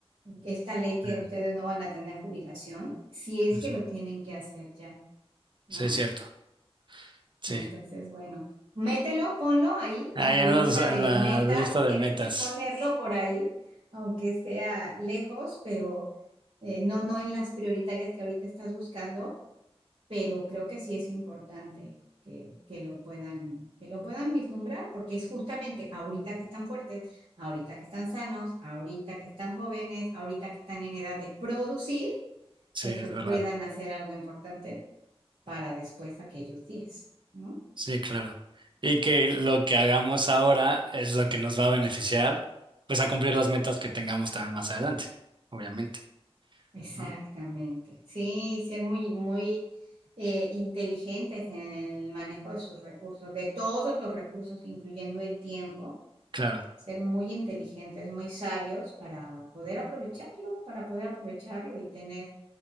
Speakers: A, on the right; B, on the right.
A: esta ley que
B: Sí,
A: ustedes no van a tener jubilación, si es
B: sí, sí.
A: que lo tienen que hacer ya, ¿no?
B: Sí, es cierto. Sí.
A: Entonces, bueno, mételo, ponlo ahí
B: Ahí
A: en tu
B: en
A: lista
B: los, en
A: de
B: la
A: metas.
B: lista de
A: Tienes
B: metas.
A: que ponerlo por ahí, aunque sea lejos, pero eh, no, no en las prioritarias que ahorita estás buscando, pero creo que sí es importante que, que lo puedan, que lo puedan vislumbrar, porque es justamente ahorita que están fuertes, ahorita que están sanos, ahorita que están jóvenes, ahorita que están en edad de producir,
B: Sí,
A: el
B: es
A: que puedan
B: verdad.
A: hacer algo importante para después aquellos días, ¿no?
B: Sí, claro. Y que lo que hagamos ahora es lo que nos va a beneficiar, pues a cumplir las metas que tengamos también más adelante, obviamente,
A: Exactamente.
B: ¿no?
A: Sí, ser muy, muy eh, inteligentes en el manejo de sus recursos, de todos los recursos, incluyendo el tiempo.
B: Claro,
A: Ser muy inteligentes, muy sabios para poder aprovecharlo, para poder aprovecharlo y tener,